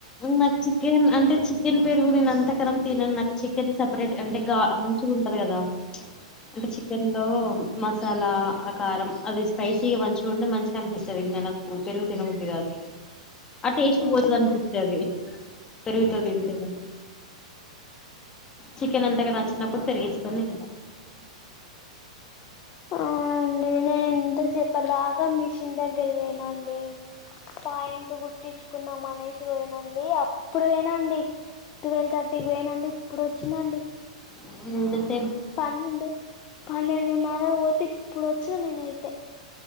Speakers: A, on the left (about 20°); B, on the left (about 35°).
A: నాకు చికెన్ అంటే చికెన్ పెరుగు నేను అంత కనం తినను నాకు చికెన్ సపరేట్ అంటే గా కదా అంటే చికెన్ లో మసాలా ఆకారం అది స్పైసీగా మంచి ఉంటే మంచిగా అనిపిస్తుంది మనకు పెరుగు తినబుద్ధి గాట్లా ఆ టేస్ట్
B: అవునండి
A: పోతది చవి పెరుగుతో వింటే మ చికెన్ అంతగా నచ్చినప్పుడు పెరిగేసుకొని తింటా
B: ఆ ఎంతసేప్ప దాకా మిషన్ దగ్గర వేనాండి పాయింట్ కుట్టించుకుందాం అనేసి పోనండి అప్పుడు వేనండి ట్వెల్వ్ థర్టీకి పొనండి ఇప్పుడు వచ్చినండి
A: <unintelligible>
B: పన్నెండు పన్నెండున్నర పోతే ఇప్పుడు వచ్చా నేనయితే